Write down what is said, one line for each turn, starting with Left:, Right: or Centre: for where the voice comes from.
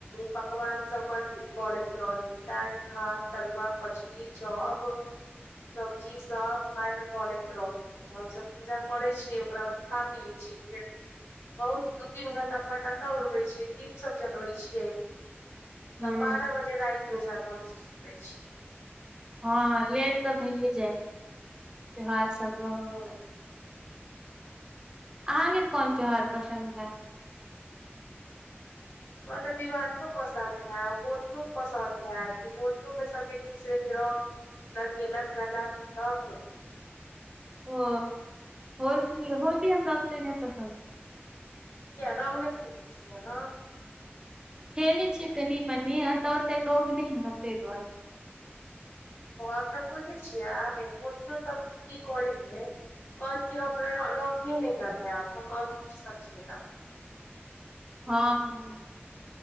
Left: पकवान सब बडु नीक बनैत रहै ह दाल भात तरुआ कचरी चॉप सब्जी सब ब मैर कनैत रहै छै तऽ हमसब पूजा करै छियै ओकरा बाद खा पी लै छियै फेर बहुत दू तीन घण्टा फटका उड़बै छियै दीप सब जलबै छियै तऽ
Right: हूँ
Left: बारह बजे राति जाकऽ हम सब सुतै छियै
Right: हँ लेट तऽ भइयै जाइ त्यौहार सब रहल
Left: हँ
Right: तऽ अहाँके कोन त्यौहार पसन्द हए
Left: हमरा तऽ दिवालीयौ पसन्द हए होलियो पसन्द हए की होलिोमे सभ एक दूसरेके रङ्ग लगेलक गला मिललक
Right: ओ होली होली हमरा ओत्ते नहि पसन्द
Left: किया राम नहि <unintelligible>
Right: खेलै छै कनि मनी एतऽ ओते लोग नहि हेय तै दुआरे
Left: ओ हम तऽ बुझै छियै आ होलियोसभ की करैत रहै कहत की हमरा रंगे नहि लगायब हम आओर की स खेलब
Right: हाँ हँ